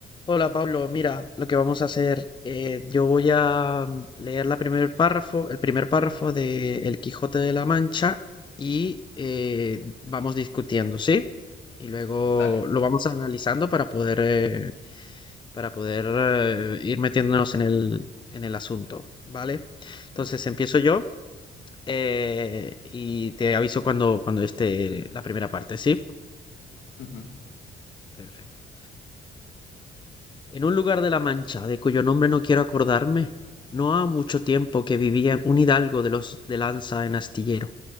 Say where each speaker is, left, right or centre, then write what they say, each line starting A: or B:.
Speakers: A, on the left; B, on the left.
A: Hola Pablo, mira, lo que vamos a hacer, eh, yo voy a mm, leer la primer párrafo, el primer párrafo de El Quijote de la Mancha y eh, vamos discutiendo, ¿sí? Y luego
B: Dale,
A: lo vamos analizando para poder eh, para poder eh, ir metiéndonos en el en el asunto, ¿vale? Entonces
B: ok.
A: empiezo yo eh, y te aviso cuando cuando esté la primera parte, ¿sí?
B: Ujú.
A: Perfecto. en un lugar de la Mancha, de cuyo nombre no quiero acordarme, no ha mucho tiempo que vivía un hidalgo de los de lanza en astillero,